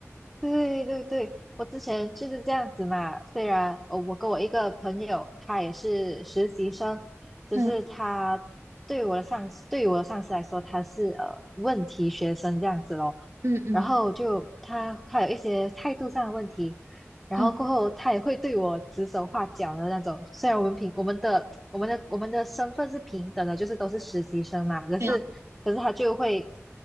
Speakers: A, in the centre; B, on the right.
A: 对对对，我之前就是这样子嘛。虽然呃我跟我一个朋友，他也是实习生，只是他对我的上司，
B: 嗯
A: 对于我的上司来说，他是呃问题学生这样子咯。
B: 嗯嗯
A: 然后就他他有一些态度上的问题。然后过后他也会对我指手画脚的那种。
B: 嗯，
A: 虽然我们平我们的我们的我们的身份是平等的，就是都是实习生嘛，可是可是他就会
B: 对啊，